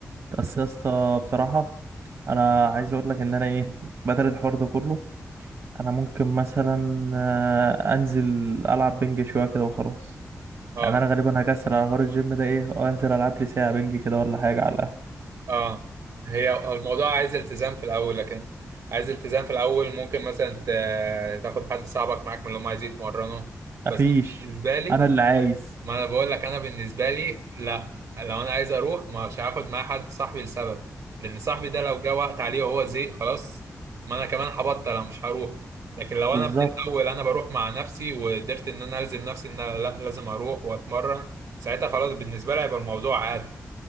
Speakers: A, on the right; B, on the right.
A: بس يا اسطى بصراحة انا عايز اقول لك ان انا ايه بدل الحوار ده كله انا ممكن مثلا آه، انزل العب بنج شوية كده وخلاص
B: اه
A: يعني انا غالبا هكسل على حوار الجيم ده ايه وانزل العب لي ساعة بنج كده ولا حاجة على القهوة
B: اه هي الموضوع عايز التزام في الاول لكن عايز التزام في الاول ممكن مثلا ت- تاخد حد صاحبك معاك من اللي هم عايزين يتمرنوا بس
A: مفيش
B: أنا بالنسبه لي
A: انا اللي عايز
B: ما انا بقول لك انا بالنسبه لي لا لو انا عايز اروح مش هاخد معايا حد صاحبي لسبب لان صاحبي ده لو جه وقت عليه وهو زهق خلاص ما انا كمان هبطل انا مش هروح لكن لو
A: بالظبط
B: انا من الاول انا بروح مع نفسي وقدرت ان انا الزم نفسي ان انا لا لازم اروح واتمرن ساعتها خلاص بالنسبه لي هيبقى الموضوع عادي